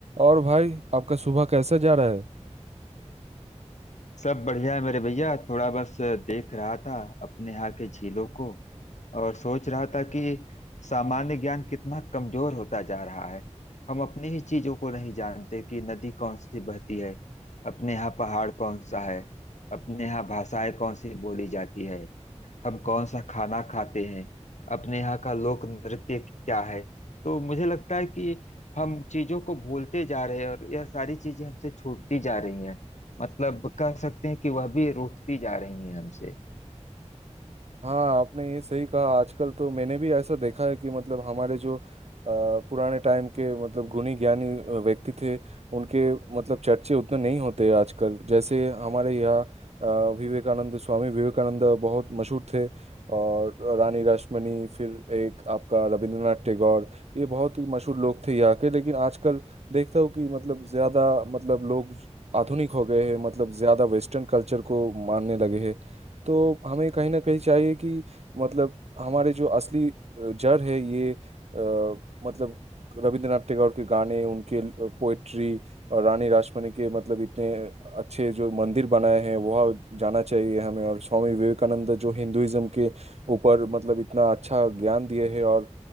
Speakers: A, on the right (about 60°); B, on the left (about 75°).
A: और भाई आपका सुबह कैसा जा रहा है
B: सब बढ़िया है मेरे भैया थोड़ा बस देख रहा था अपने यहाँ के झीलों को और सोच रहा था कि सामान्य ज्ञान कितना कमजोर होता जा रहा है हम अपनी ही चीजों को नहीं जानते कि नदी कौन सी बहती है अपने यहाँ पहाड़ कौन सा है अपने यहाँ भाषाएं कौन सी बोली जाती है हम कौन सा खाना खाते हैं अपने यहाँ का लोक नृत्य क्या है तो मुझे लगता है कि हम चीजों को भूलते जा रहे हैं और यह सारी चीजें हमसे छूटती जा रही हैं मतलब कह सकते हैं कि वह भी रूठती जा रही हैं हमसे
A: हाँ आपने ये सही कहा आजकल तो मैंने भी ऐसा देखा है कि मतलब हमारे जो अ, पुराने टाइम के मतलब गुणी ज्ञानी अ, व्यक्ति थे उनके मतलब चर्चे उतने नहीं होते आजकल जैसे हमारे यहाँ अ, विवेकानंद स्वामी विवेकानंद बहुत मशहूर थे और रानी रासमणी फिर एक आपका रविंद्रनाथ टैगोर ये बहुत ही मशहूर लोग थे यहाँ के लेकिन आजकल देखता हूँ कि मतलब ज़्यादा मतलब लोग आधुनिक हो गए हैं मतलब ज़्यादा वेस्टर्न कल्चर को मानने लगे हैं तो हमें कहीं ना कहीं चाहिए कि मतलब हमारे जो असली अ, जड़ है ये अ, मतलब रविंद्रनाथ टैगोर के गाने उनके पोएट्री और रानी रासमणी के मतलब इतने अच्छे जो मंदिर बनाए हैं वह जाना चाहिए हमें और स्वामी विवेकानंद जो हिंदुइज्म के ऊपर मतलब इतना अच्छा ज्ञान दिए हैं और